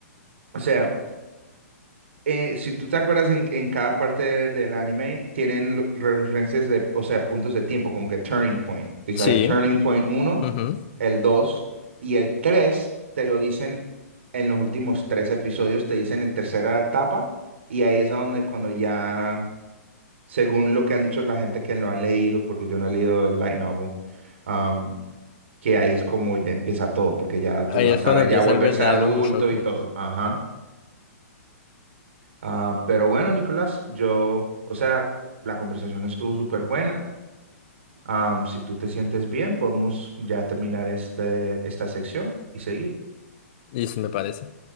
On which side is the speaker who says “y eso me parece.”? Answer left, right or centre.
Left